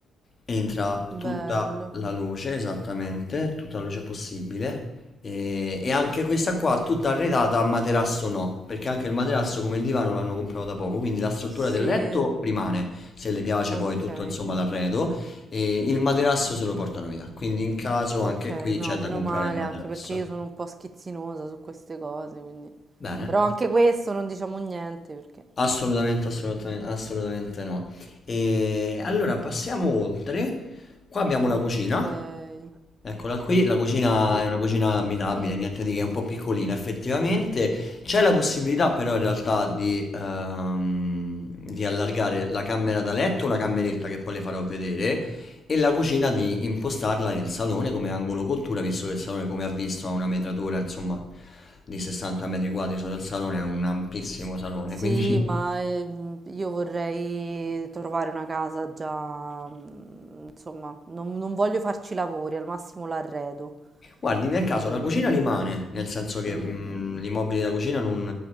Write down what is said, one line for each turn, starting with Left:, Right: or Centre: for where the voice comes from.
Left: entra tutta
Right: bello,
Left: la luce, esattamente, tutta la luce possibile. E, e anche questa qua tutta arredata a materasso no, perché anche il materasso come il divano l'hanno comprato da poco, quindi la struttura
Right: sì,
Left: del letto rimane, se le piace
Right: okay,
Left: poi tutto insomma l'arredo, e il materasso se lo portano via, quindi in caso
Right: okay,
Left: anche qui
Right: no,
Left: c'è da
Right: meno
Left: comprare
Right: male,
Left: il materasso.
Right: anche perché io sono un po' schizzinosa su queste cose, quindi...
Left: Bene.
Right: Però anche questo non diciamo niente perché...
Left: Assolutamente, assolutamente, assolutamente no. E allora passiamo oltre. Qua abbiamo la
Right: Okay,
Left: cucina. Eccola qui, la cucina
Right: sì.
Left: è una cucina abitabile,
Right: Mm.
Left: niente di che, è un po' piccolina effettivamente. C'è la possibilità però in realtà di, ehm, di allargare la camera da letto, la cameretta che poi le farò vedere, e la cucina di impostarla nel salone come angolo cottura, visto che il salone, come ha visto, ha una metratura, insomma, di 60 metri quadri solo il salone, è un ampissimo salone,
Right: Sì,
Left: quindi
Right: ma ehm, io vorrei trovare una casa già, mm, insomma, non, non voglio farci lavori, al massimo l'arredo,
Left: Guardi,
Right: quindi...
Left: nel caso la cucina rimane, nel senso che
Right: mm,
Left: mm,
Right: mm.
Left: gli immobili da cucina, non,